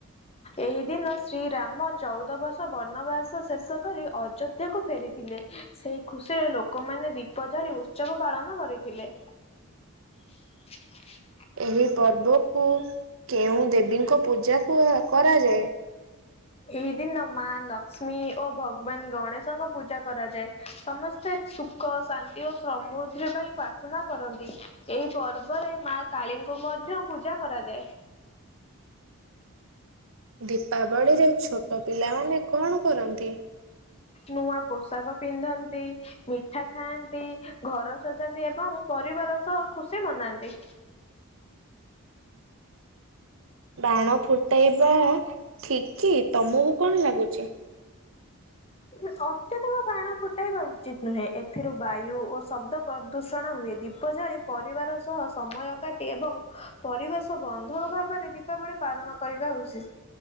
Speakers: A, on the left; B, on the right.
A: ଏହି ଦିନ ଶ୍ରୀରାମ ଚଉଦ ବର୍ଷ ବନବାସ ଶେଷ କରି ଅଯୋଧ୍ୟାକୁ ଫେରିଥିଲେ ସେଇ ଖୁସିରେ ଲୋକମାନେ ଦୀପ ଜାଳି ଉତ୍ସବ ପାଳନ କରିଥିଲେ। <inaudible>
B: ଏହି ପର୍ବକୁ କେଉଁ ଦେବୀଙ୍କ ପୂଜା କ କରାଯାଏ?
A: ଏହି ଦିନ ମା ଲଷ୍ମୀଙ୍କୁ ଓ ଭଗବାନ ଗଣେଶଙ୍କ ପୂଜା କରାଯାଏ ସମସ୍ତ ସୁଖ, ଶାନ୍ତି ଓ ସମୃଦ୍ଧି ପାଇଁ ପ୍ରାର୍ଥନା କରନ୍ତି ଏହି ପର୍ବ ପରେ ମା କାଳୀଙ୍କୁ ମଧ୍ୟ ପୂଜା କରାଯାଏ।
B: ଦୀପାବଳିରେ ଛୋଟ ପିଲାମାନେ କଣ କରନ୍ତି?
A: ନୂଆ ପୋଷାକ ପିନ୍ଧନ୍ତି, ମିଠା ଖାଆନ୍ତି, ଘର ସଜାନ୍ତି ଏବଂ ପରିବାର ର ସହ ଖୁସି ମନାନ୍ତି।
B: ବାଣ ଫୁଟାଇବା ଠିକ କି ତମକୁ କଣ ଲାଗୁଛିି?
A: ହ ଅତ୍ୟଧିକ ବାଣ ଫୁଟାଇବା ଉଚିତ ନୁହେଁ ଏଥିରୁ ବାୟୁ ଓ ଶବ୍ଦ ପ୍ରଦୂଷଣ ହୁଏ ଦି ଦୀପ ଜାଳି ପରିବାର ସହ ସମୟ କାଟି ଏବଂ ପରିବେଶ ବନ୍ଧ ଭାବରେ ଦୀପାବଳି ପାଳ ପାଳନ କରିବା ଉଚିତ।